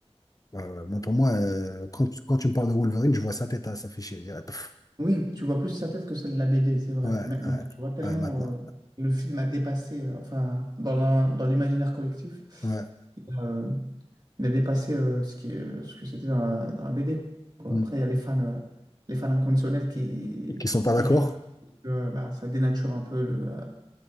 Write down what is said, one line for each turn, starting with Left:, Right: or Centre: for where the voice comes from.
Left: Ouais, ouais. Moi, pour moi, euh, quand, tu- quand tu me parles de Wolverine, je vois sa tête à s'afficher. Je dirais, pff.
Right: Oui, tu vois plus sa tête que celle de la BD, c'est vrai.
Left: ouais,
Right: Maintenant,
Left: ouais,
Right: tu vois tellement
Left: ouais, maintenant.
Right: euh, le film a dépassé, euh, enfin, dans l'en- dans l'imaginaire collectif,
Left: Ouais.
Right: il a, euh, il a dépassé euh, ce qui, euh, ce que c'était dans la, dans la BD, quoi.
Left: Hmm.
Right: Après, il y a les fans, euh, les fans inconditionnels qui,
Left: Et qu'ils sont pas
Right: qui
Left: d'accord?
Right: gribouillent que euh, bah, ça dénature un peu le, euh,